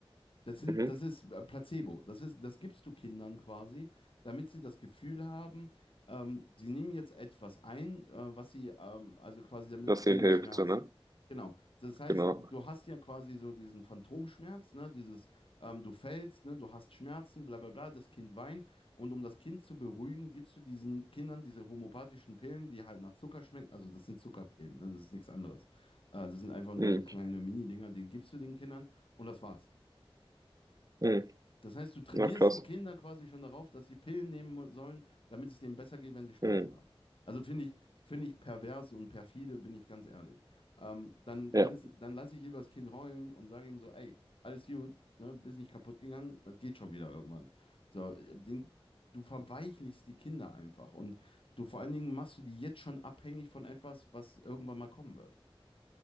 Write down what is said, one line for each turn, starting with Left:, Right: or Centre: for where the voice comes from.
Left: Das sind,
Right: Mhm.
Left: das ist äh, Placebo. Das ist, das gibst du Kindern quasi, damit sie das Gefühl haben, ähm, sie nehmen jetzt etwas ein, äh, was sie, ähm, also quasi damit
Right: Dass denen
Left: gegen
Right: hilft,
Left: die Schmerzen.
Right: so, ne?
Left: Genau. Das heißt,
Right: Genau.
Left: du hast ja quasi so diesen Phantomschmerz, ne? Dieses, ähm, du fällst, ne? Du hast Schmerzen, bla bla bla. Das Kind weint und um das Kind zu beruhigen, gibst du diesen Kindern diese homöopathischen Pillen, die halt nach Zucker schmecken. Also das sind Zuckerpillen, ne? Das ist nichts anderes. Äh, das sind einfach nur
Right: Mhm.
Left: so kleine Mini-Dinger, die gibst du den Kindern und das war's.
Right: Mhm.
Left: Das heißt, du trainierst
Right: Ja, krass.
Left: die Kinder quasi schon darauf, dass sie Pillen nehmen sollen, damit es denen besser geht, wenn sie Schmerzen
Right: Mhm.
Left: haben. Also finde ich, finde ich pervers und perfide, bin ich ganz ehrlich. Ähm, dann
Right: Ja.
Left: ganz, dann lasse ich lieber das Kind heulen und sage ihm so, ey, alles gut, ne, bist nicht kaputt gegangen, das geht schon wieder irgendwann. So, den, du verweichlichst die Kinder einfach und du vor allen Dingen machst du die jetzt schon abhängig von etwas, was irgendwann mal kommen wird.